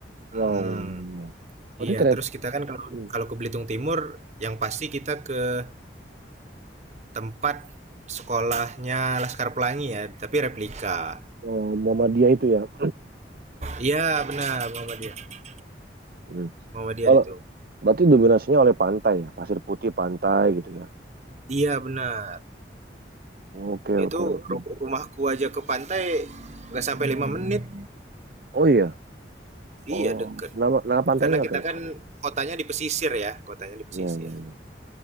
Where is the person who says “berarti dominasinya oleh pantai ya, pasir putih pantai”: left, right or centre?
Right